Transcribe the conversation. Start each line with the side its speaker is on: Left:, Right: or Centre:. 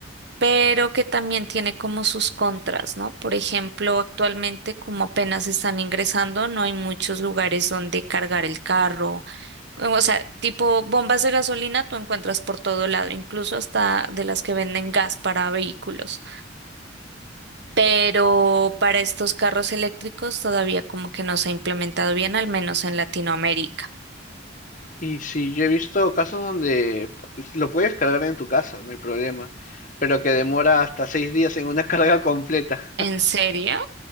Right: pero que también tiene como sus contras, ¿no? Por ejemplo, actualmente como apenas están ingresando, no hay muchos lugares donde cargar el carro O sea, tipo bombas de gasolina tú encuentras por todo lado, incluso hasta de las que venden gas para vehículos. Pero para estos carros eléctricos todavía como que no se ha implementado bien, al menos en Latinoamérica.
Left: Y si yo he visto casos donde lo puedes cargar en tu casa, no hay problema, pero que demora hasta seis días en una <laughs> carga completa.
Right: ¿En serio?